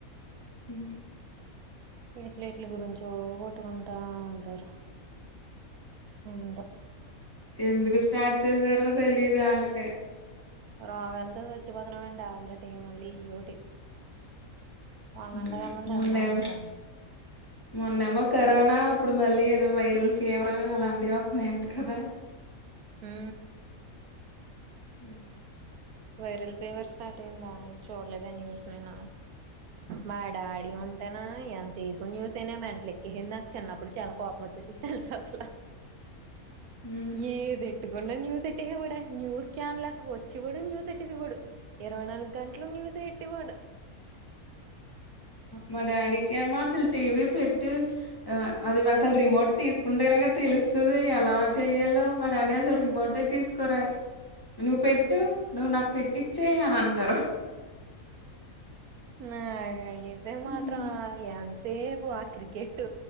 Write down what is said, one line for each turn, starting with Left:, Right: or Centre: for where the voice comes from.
Left: ఉహు
Right: ఎట్లట్ల గురించో కొట్టుకుంటా ఉంటారు ఉంటా
Left: ఎందుకు స్టార్ట్ చేసారో తెలిదు వాళ్ళకే
Right: రోగాలతో చచ్చిపోతున్నామండి ఆల్రెడీ మళ్ళీ ఈయోటి ఉన్నంతకాలం
Left: ఉ
Right: తిన్నామండి
Left: మొన్నేమీ మొన్నేమో కరోనా ఇప్పుడు మళ్ళీ ఏదో వైరల్ ఫీవర్ అలాంటివి వత్తున్నాయంట కదా
Right: ఉ
Left: ఉ
Right: వైరల్ ఫీపర్ స్టార్ట్ అయిందా చూడలేదా న్యూస్ నిన్న మా డాడీ ఉంటేనా ఎంతసేపు న్యూసేనే మెంట్లు ఎక్కేసింది నాకు చిన్నప్పుడు చాలా కోపం వచ్చేసి చుత్తల్ అసలు
Left: హ్మ్.
Right: ఏది ఎట్టుకున్న న్యూస్ ఎట్టిహే ఒడే న్యూస్ ఛాన్లా ఒచ్చి గుడు న్యూస్ తెట్టేసి ఓడు ఇరవై నాలుగు గంట్లు న్యూసే ఎట్టివోడు
Left: మా డ్యాడీ కేమో అసలు టీవీ పెట్టు ఆ అది వసల్ రిమోట్ తీసుకుంటేనేగా యా పిలుస్తది యలా చెయ్యల్లో మా డ్యాడీ అసలు రిమోటే తీస్కొరె నువ్వు పెట్టు
Right: ఉమ్
Left: నువ్వు నాక్ పెట్టిచ్చే అని అంటరు
Right: నాక్ అయితే
Left: హ్మ్
Right: మాత్రము యన్స్ తేపు ఆ క్రికెట్